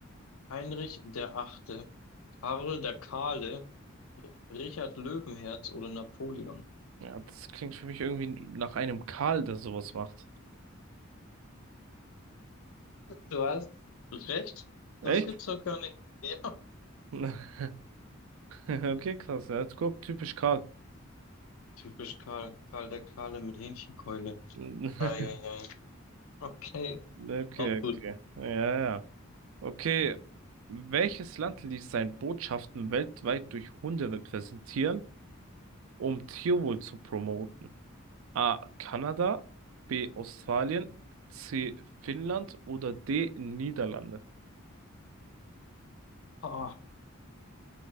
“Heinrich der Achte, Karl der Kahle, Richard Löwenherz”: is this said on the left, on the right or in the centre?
Left